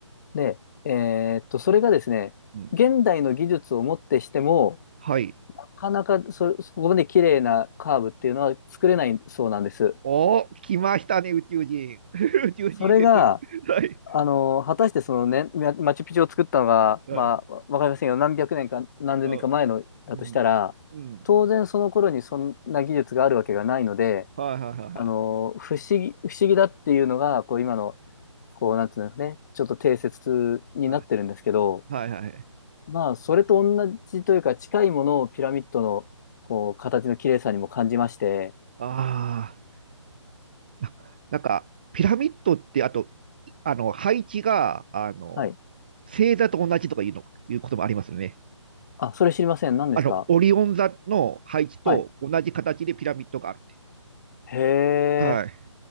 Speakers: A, on the left; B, on the right.
A: で、えっと、それがですね、
B: うん、
A: 現代の技術をもってしても、
B: はい。
A: なかなかそ、そこまで綺麗なカーブっていうのは作れないそうなんです。
B: おー、来ましたね、宇宙人。<laughs> 宇宙人説。
A: それが、
B: <laughs> はい、
A: あの、果たしてそのね、ママチュピチュを作ったのが、
B: はい、
A: まあ、わかりませんよ。何百年か何千年か前のだとしたら、
B: うん、うん、うん
A: 当然その頃にそんな技術があるわけがないので、
B: はい、はい、は
A: あの、不思議、不思議だっていうのが、こう今の、こう、なんていうんですかね、ちょっと定説になってるんですけど、
B: い、はい、はい、はい、はい。
A: まあ、それと同じというか、近いものをピラミッドの、こう、形の綺麗さにも感じまして、
B: ああ。ななんか、ピラミッドって、あと、いあの、配置が、あの、
A: はい。
B: 星座と同じとかいうの、いうこともありますよね。
A: あ、それ知りません。何ですか
B: あの、オリオン座の配置と同じ形でピラミッドがあるって。
A: はい。へえ。
B: はい。